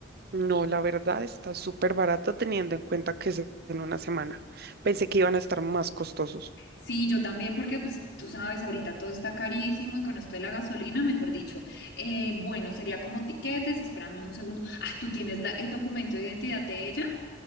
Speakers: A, on the right; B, on the left.
A: No, la verdad está súper barato teniendo en cuenta que es en una semana. Pensé que iban a estar más costosos.
B: Sí, yo también, porque pues tú sabes, ahorita todo está carísimo y con esto de la gasolina, mejor dicho, eh, bueno, sería como tiquetes, espérame un segundo. Ah, ¿tú tienes la- el documento de identidad de ella?